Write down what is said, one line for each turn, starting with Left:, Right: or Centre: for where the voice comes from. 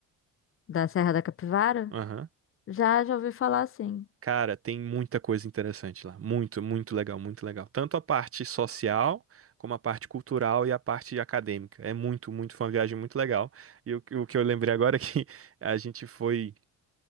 Left: Da Serra da Capivara?
Right: Aham.
Left: Já, já ouvi falar assim.
Right: Cara, tem muita coisa interessante lá. Muito, muito legal, muito legal. Tanto a parte social, como a parte cultural e a parte acadêmica. É muito, muito, foi uma viagem muito legal. E o, o que eu lembrei agora é que <laughs> a gente foi